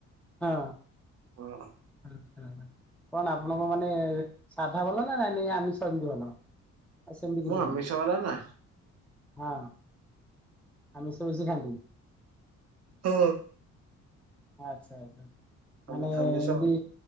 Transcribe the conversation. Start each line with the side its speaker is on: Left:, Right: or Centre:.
Centre: ହଁ।
Right: ହଁ
Centre: <unintelligible> କଣ ଆପଣଙ୍କ ମାନେ ସାଧା ଭଲ ନା ନାଇ ନାଇ ଆମିଷ ଏମିତି ଭଲ? ଆଉ ସେମିତି କିଛି
Right: ମୁଁ
Centre: ନାହିଁ
Right: ଆମିିଷ ବାଲା ନା।
Centre: ହଁ ଆମିସ ବେସି ଖାଆନ୍ତି।
Right: ହଁ।
Centre: ଆଛା ଆଛା
Right: ଆମି
Centre: ମାନେ
Right: ଆମିଷ
Centre: ଏମିତି